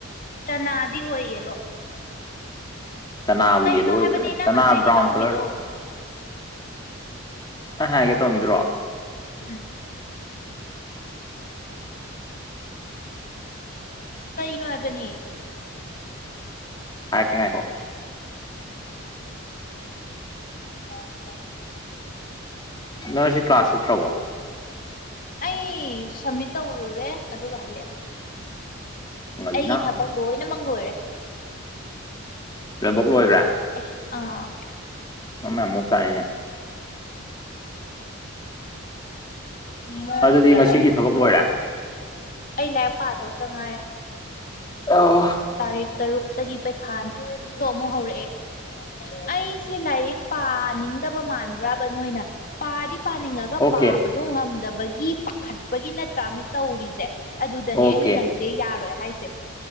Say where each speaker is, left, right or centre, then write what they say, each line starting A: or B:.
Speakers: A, on the left; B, on the left.
A: ꯆꯅꯥꯗꯤ ꯑꯣꯏꯌꯦꯂꯣ
B: ꯆꯅꯥꯕꯨ
A: ꯀꯩꯅꯣ
B: ꯌꯦꯜꯂꯣ ꯑꯣꯏꯕ꯭ꯔꯅꯦ
A: ꯍꯥꯏꯕꯅꯤ ꯅꯪꯅ
B: ꯆꯅꯥ
A: ꯍꯥꯏꯒꯦ
B: ꯕ꯭ꯔꯥꯎꯟ
A: ꯇꯧꯔꯝꯃꯤꯗꯣ
B: ꯀꯂꯔ ꯑ ꯍꯥꯏꯒꯦ ꯇꯧꯝꯃꯤꯗ꯭ꯔꯣ
A: ꯎꯝ ꯀꯩꯅꯣ ꯍꯥꯏꯕꯅꯤ
B: ꯍꯥꯏꯔꯛꯀꯦ ꯉꯥꯏꯈꫭ
A: <unintelligible>
B: ꯅꯪ ꯉꯥꯁꯤ ꯀ꯭ꯂꯥꯁ ꯅꯠꯇ꯭ꯔꯕꯣ
A: ꯑꯩ ꯁꯝꯃꯤꯠ ꯇꯧꯔꯨꯔꯦ ꯑꯗꯨꯒ ꯍꯜꯂꯛꯑꯦ
B: ꯉꯜꯂꯤꯅ
A: ꯑꯩꯒꯤ ꯊꯕꯛ ꯂꯣꯏꯅꯃꯛ ꯂꯣꯏꯔꯦ
B: ꯂꯣꯏꯅꯃꯛ
A: ꯑꯗꯨꯒꯥ
B: ꯂꯣꯏꯈ꯭ꯔꯦ
A: ꯍꯜꯂꯛꯑꯦ ꯑꯥ
B: ꯃꯥꯔꯝ ꯌꯥꯝ ꯃꫭꯛꯆꯥꯡꯅꯤꯅꯦ
A: ꯃꫭꯛꯇ꯭ꯔꯗꯤ
B: ꯑꯗꯨꯗꯤ ꯉꯁꯤꯒꯤ ꯊꯕꯛ ꯂꯣꯏꯔꯦ
A: ꯑꯩ ꯂꯥꯏꯔꯤꯛ ꯄꯥꯗꯧꯇ ꯉꯥꯏꯔꯦ
B: ꯑꫭ
A: ꯇꯥꯔꯤꯛ ꯇꯔꯨꯛꯇꯒꯤ ꯄꯩꯈꯥꯟ ꯇꯣ ꯑꯃꯨꯛ ꯍꯧꯔꯛꯑꯦ ꯑꯩꯁꯦ ꯂꯥꯏꯔꯤꯛ ꯄꯥꯅꯤꯡꯗꯕ ꯃꯥꯟꯕ꯭ꯔꯕ ꯅꯣꯏꯅ ꯄꯥꯗꯤ ꯄꯥꯅꯤꯡꯉ
B: ꯑꯣꯀꯦ
A: ꯄꯥꯕꯗꯣ ꯉꯝꯗꯕꯒꯤ ꯄꯥꯈꯠꯄꯒꯤ ꯅꯠꯇ꯭ꯔꯥ ꯑꯃ ꯇꯧꯔꯤꯁꯦ ꯑꯗꯨꯗꯅꯦ
B: ꯑꯣꯀꯦ
A: ꯑꯩꯅ ꯅ ꯁꯤ ꯌꯥꯔꯣꯏ ꯍꯥꯏꯁꯦ